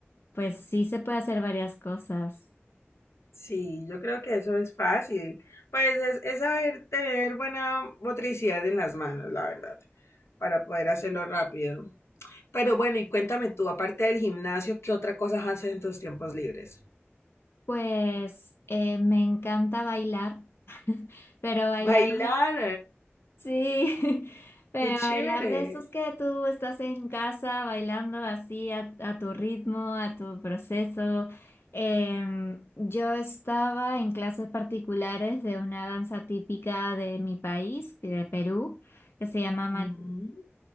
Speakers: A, on the left (about 60°); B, on the left (about 80°).
A: Pues sí se puede hacer varias cosas.
B: Sí, yo creo que eso es fácil. Pues es, es saber tener buena motricidad en las manos, la verdad, para poder hacerlo rápido. Pero bueno, y cuéntame tú, aparte del gimnasio, ¿qué otra cosa haces en tus tiempos libres?
A: Pues eh, me encanta bailar, <laughs> pero bailar
B: Bailar,
A: Sí, <laughs> pero
B: qué chévere.
A: bailar de esos que tú estás en casa bailando así a, a tu ritmo, a tu proceso. Em, yo estaba en clases particulares de una danza típica de mi país, de Perú, que se llama
B: Mm.